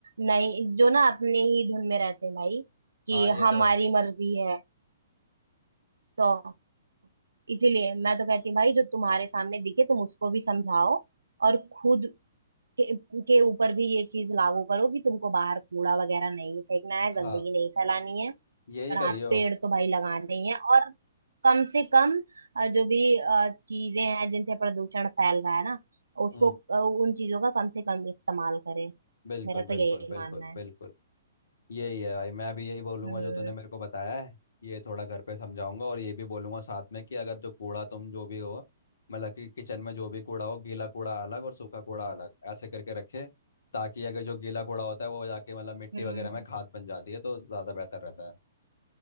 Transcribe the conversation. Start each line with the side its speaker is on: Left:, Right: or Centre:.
Right: नहीं जो ना अपने ही धुन में रहते हैं भाई कि
Left: हाँ ये
Right: हमारी
Left: तो है
Right: मर्जी है तो इसीलिए मैं तो कहती हूँ भाई जो तुम्हारे सामने दिखे तुम उसको भी समझाओ और खुद के, के ऊपर भी ये चीज लागू करो कि तुमको बाहर कूड़ा वगैरह नहीं फेंकना है
Left: हाँ
Right: गंदगी नहीं फैलानी है
Left: यही
Right: और हाँ
Left: करियो
Right: पेड़ तो भाई लगाने ही हैं और कम से कम अ, जो भी अ, चीजें हैं जिनसे प्रदूषण फैल रहा है ना उसको
Left: हम्म
Right: अ, उन चीजों का कम से कम इस्तेमाल करें
Left: बिल्कुल
Right: मेरा तो
Left: बिल्कुल
Right: यही
Left: बिल्कुल
Right: मानना है
Left: बिल्कुल यही है भाई मैं भी यही बोलूंगा
Right: हम्म
Left: जो तूने मेरे को बताया है ये थोड़ा घर पे समझाऊंगा और ये भी बोलूंगा साथ में कि अगर जो कूड़ा तुम जो भी हो मतलब कि किचन में जो भी कूड़ा हो गीला कूड़ा अलग और सूखा कूड़ा अलग ऐसे करके रखे ताकि अगर जो गीला कूड़ा होता है वो जाके मतलब मिट्टी
Right: हम्म
Left: वगैरह में खाद बन जाती है तो ज़्यादा बेहतर रहता है